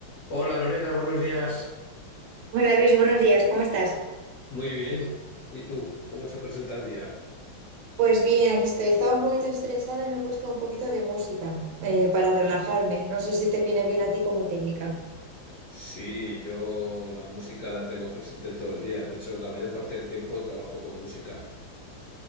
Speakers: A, on the left (about 75°); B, on the right (about 85°).
A: Hola Lorena, buenos días.
B: Hola Luis, buenos días, ¿cómo estás?
A: Muy bien. ¿Y tú? ¿Cómo se presenta el día?
B: Pues bien, aquí estoy. Estaba un poquito estresada y me he puesto un poquito de música eh, para relajarme. No sé si te viene bien a ti como técnica.
A: Sí, yo la música la tengo presente todo el día. De hecho, la mayor parte del tiempo trabajo con música.